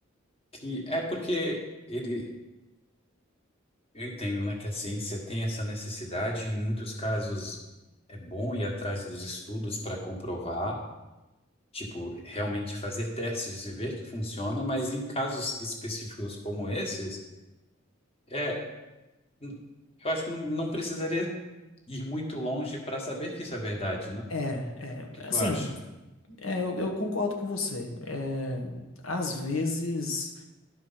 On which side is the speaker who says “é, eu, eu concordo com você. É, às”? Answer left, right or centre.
Left